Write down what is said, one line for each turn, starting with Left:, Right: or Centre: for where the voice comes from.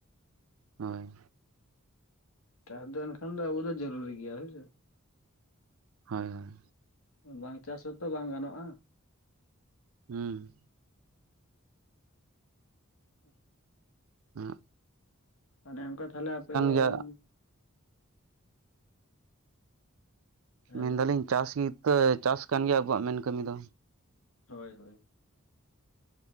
Right: ᱦᱳᱭ
Left: ᱪᱟᱥ ᱫᱚ ᱮᱱᱠᱷᱟᱱ ᱫᱚ ᱟᱵᱚ ᱫᱚ ᱡᱟᱹᱨᱩᱩᱨᱤ ᱜᱮᱭᱟ ᱦᱳᱭᱥᱮ
Right: ᱦᱳᱭ ᱦᱳᱭ
Left: ᱵᱟᱝ ᱪᱟᱥ ᱦᱚᱸᱛᱚ ᱵᱟᱝ ᱜᱟᱱᱚᱜᱼᱟ
Right: ᱦᱩᱸ
Left: ᱩᱸ <inaudible>
Right: ᱩᱜ
Left: ᱱᱮ ᱚᱱᱠᱟ ᱛᱟᱦᱚᱞᱮ ᱟᱯᱮ ᱫᱚ
Right: ᱜᱮᱭᱟ
Left: ᱦᱚᱸ ᱦᱮᱞᱳ
Right: ᱢᱮᱱᱫᱟᱞᱤᱧ ᱪᱟᱥ ᱜᱤᱛᱮ ᱪᱟᱥ ᱠᱟᱱ ᱜᱮᱭᱟ ᱟᱵᱚᱣᱟᱜ ᱢᱮᱱ ᱠᱟᱹᱢᱤ ᱫᱚ
Left: ᱦᱳᱭ ᱦᱳᱭ